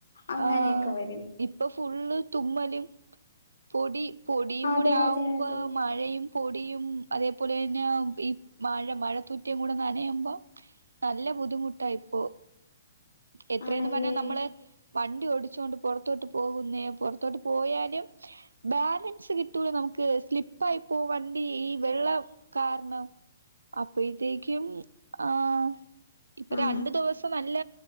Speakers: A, on the left; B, on the right.
A: അങ്ങനെയൊക്കെ
B: ആഹ്
A: വരും
B: ഇപ്പോ ഫുള്ള് തുമ്മലും പൊടി പൊടിയും
A: അതെ
B: കൂടെ ആവുമ്പോ
A: അതെ അതെ
B: മഴയും പൊടിയും അതെ പോലെ തന്നേം ഈ മഴ മഴ തുറ്റേം കൂടെ നനയുമ്പോ നല്ല ബുദ്ധിമുട്ടാ ഇപ്പോ എത്രേന്നും
A: ആണല്ലേ
B: പറ്ഞ്ഞ നമ്മള് വണ്ടി ഓടിച്ചോണ്ട് പൊറത്തോട്ട് പോകുന്നെ പൊറത്തോട്ട് പോയാലും ബാലൻസ് കിട്ടൂല നമുക്ക് സ്ലിപ്പായി പോവും വണ്ടി ഈ വെള്ളം കാര്ണം അപ്പഴിത്തേക്ക്യും ആഹ് ഇപ്പ
A: ആഹ്
B: രണ്ട് ദിവസം നല്ല